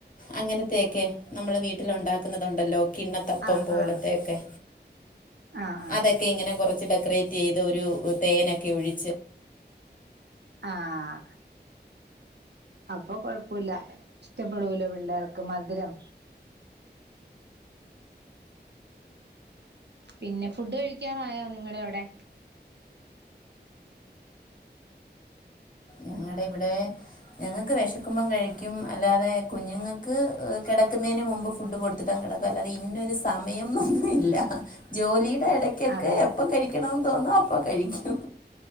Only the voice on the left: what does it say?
അങ്ങനത്തെയൊക്കെ നമ്മൾ വീട്ടിൽ ഉണ്ടാക്കുന്നതുണ്ടല്ലോ കിണ്ണത്തപ്പം
പോലത്തെ
ഒക്കെ
അതൊക്കെ ഇങ്ങനെ കുറച്ച് ഡെക്കറേറ്റ് ചെയ്ത് ഒരു തേനൊക്കെ ഒഴിച്ച്
ഞങ്ങളുടെ ഇവിടെ ഞങ്ങൾക്ക് വിശക്കുമ്പം കഴിക്കും അല്ലാതെ കുഞ്ഞുങ്ങൾക്ക് കിടക്കുന്നതിന് മുമ്പ് ഫുഡ് കൊടുത്തിട്ടും കിടക്കും അല്ലാതെ ഇന്നൊരു സമയം ഒന്നുമില്ല ജോലി ഇടയ്ക്കൊക്കെ
എപ്പം കഴിക്കണമെന്ന് തോന്നോ അപ് അപ്പ കഴിക്കും